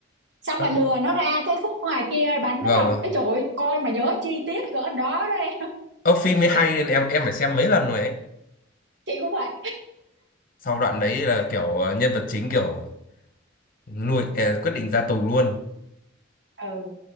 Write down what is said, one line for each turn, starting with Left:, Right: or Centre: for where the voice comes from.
Right: xong
Left: em
Right: mà lừa nó ra cái khúc ngoài kia bánh
Left: vâng
Right: đúng không
Left: vâng
Right: Ê trời ơi coi mà nhớ chi tiết cỡ đó đó em <laughs>
Left: ông phim mới hay nên em em phải xem mấy lần rồi ấy
Right: chị cũng vậy
Left: sau đoạn đấy là kiểu ờ, nhân vật chính kiểu nuôi ờ, quyết định ra tù luôn
Right: ừ